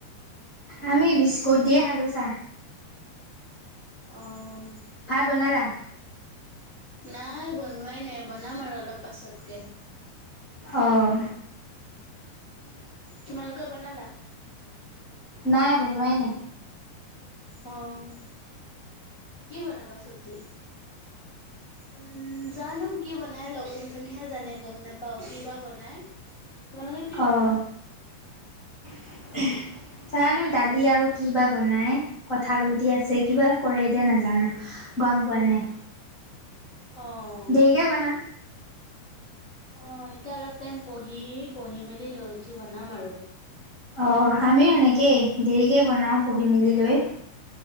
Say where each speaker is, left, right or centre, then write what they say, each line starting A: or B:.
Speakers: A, on the left; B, on the left.
A: আমি বিস্কুট দিয়ে খালো চাহ।
B: অ'
A: ভাত বনালা?
B: নাই বনোৱাই নাই, বনাম আৰু অলপ পাছতকে।
A: অহ।
B: তোমালোকে বনালা।
A: নাই বনোৱাই নাই।
B: অ' কি বনাবা চব্জি? উম, জানো কি বনাই লগৰ কেইজনীহে জানে, গম নাপাও কি বা বনাই। তোমালোকে কি বনাবা?
A: অ'। <unintelligible> জানো দালি আৰু কি বা বনাই, কঠালগুটি আছে কিবা কৰে এতিয়া নাজানো। গম পোৱা নাই।
B: অহ'।
A: দেৰিকে বনাম।
B: অ' এতিয়া অলপ টাইম পঢ়ি, পঢ়ি মেলি লৈ উঠি বনাম আৰু।
A: অ' আমিও এনেকেই দেৰিকে বনাও পঢ়ি-মেলি লৈ।